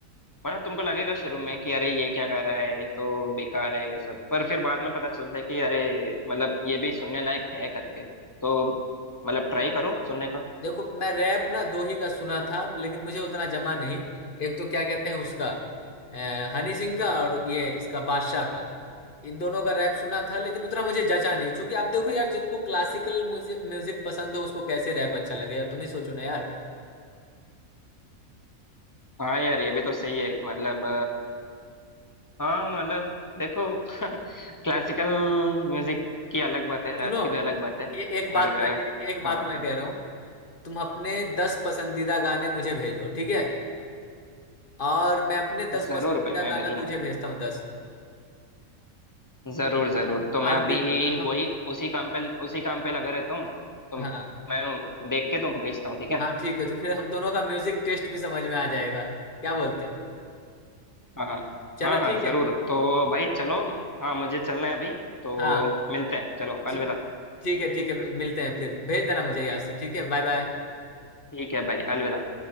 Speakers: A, on the left; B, on the left.
A: मतलब तुमको लगेगा शुरू में कि अरे ये क्या गा रहा है ये तो बेकार है ये सब पर फिर बाद में पता चलता है कि अरे मतलब ये भी सुनने लायक है करके तो मतलब ट्राई करो सुनने का
B: देखो मैं रैप ना दो ही का सुना था लेकिन मुझे उतना जमा नहीं एक तो क्या कहते हैं उसका अ, हनी सिंह का और ये इसका बादशाह का इन दोनों का रैप सुना था लेकिन उतना मुझे जचा नहीं क्योंकि आप देखो यार जिनको क्लासिकल म्यूजिक म्यूजिक पसंद हो उसको कैसे रैप अच्छा लगेगा तुम ही सोचो ना यार
A: हाँ यार ये भी तो सही है मतलब हाँ मतलब देखो <laughs> क्लासिकल म्यूजिक की अलग बात है रैप
B: सुनो
A: की भी अलग बात है
B: ए, एक बात
A: पर
B: मैं ए, एक बात
A: अ, हाँ
B: मैं कह रहा हूँ तुम अपने दस पसंदीदा गाने मुझे भेजो ठीक है और मैं अपने दस
A: जरूर
B: पसंदीदा
A: भाई मैं
B: गाना
A: भेजूंगा
B: तुझे भेजता हूँ दस
A: जरूर
B: ठीक?
A: जरूर तो मैं
B: और
A: अभी
B: दे-
A: ही
B: हम
A: वही उसी काम पे उसी काम पे लगा रहता हूँ तो
B: हाँ
A: मैं देख के तुमको भेजता हूँ ठीक है
B: हाँ ठीक है तो फिर हम दोनों का म्यूजिक टेस्ट भी समझ में आ जाएगा क्या बोलते हो
A: हाँ हाँ
B: चलो
A: हाँ हाँ
B: ठीक
A: जरूर
B: है
A: तो भाई चलो हाँ मुझे चलना है अभी तो
B: हाँ
A: मिलते हैं चलो अलविदा
B: ठी- ठीक है ठीक है मिलते हैं फिर भेज देना मुझे यहाँ से ठीक है बाय बाय
A: ठीक है भाई अलविदा